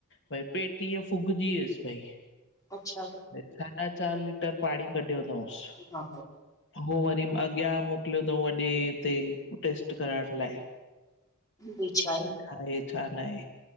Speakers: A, on the left (about 60°); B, on the left (about 15°).
A: भाई, पेट इअं फुगजी वयुस, भाई
B: अच्छा
A: साढा़ चार लीटर पाणी कढियो तांउस।
B: हा,
A: हो वरी अॻियां मोकलियो तांऊ वॾे हिते टेस्ट कराइण लाइ।
B: ही छाए?
A: हे छा लाइ